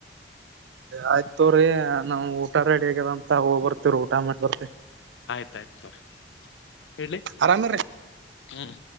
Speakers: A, on the right (about 70°); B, on the left (about 70°).
A: ಆಯ್ತ ತಗೋರಿ ನಾವ್ ಊಟ ರೆಡಿ ಆಗ್ಯದಂತ ಹೋಗ್ ಬರ್ತವ್ರ ಊಟ ಮಾಡ ಬರ್ತಿವಿ
B: ಆಯ್ತಾ ಆಯ್ತ್ ತಗೋರಿ ಹೇಳಿ
A: ಆರಾಮಿರಿ
B: ಹ್ಮ್ಮ್